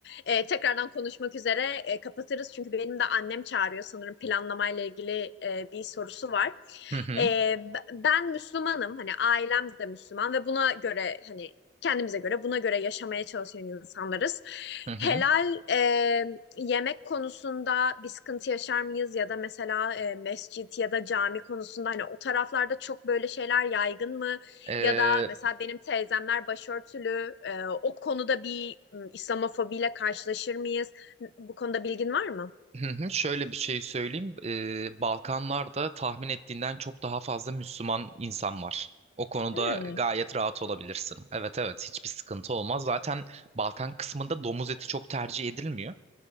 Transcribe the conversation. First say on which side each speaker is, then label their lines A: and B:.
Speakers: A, on the left; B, on the right.
A: e, tekrardan konuşmak üzere e, kapatırız. Çünkü benim de annem çağırıyor sanırım planlamayla ilgili e, bir sorusu var.
B: Hı hı,
A: E, b- ben Müslümanım. Hani ailem de Müslüman ve buna göre hani kendimize göre buna göre yaşamaya çalışan insanlarız.
B: hı hı.
A: Helal e, yemek konusunda bir sıkıntı yaşar mıyız? Ya da mesela e, mescit ya da cami konusunda hani o taraflarda çok böyle şeyler yaygın mı?
B: Ee,
A: Ya da mesela benim teyzemler başörtülü. Ee, o konuda bir m, İslamofobiyle karşılaşır mıyız? Bu konuda bilgin var mı?
B: Hı hı, Şöyle bir şey söyleyeyim. Ee, Balkanlarda tahmin ettiğinden çok daha fazla Müslüman insan var. O konuda
A: Hmm.
B: gayet rahat olabilirsin. Evet evet hiçbir sıkıntı olmaz. Zaten Balkan kısmında domuz eti çok tercih edilmiyor.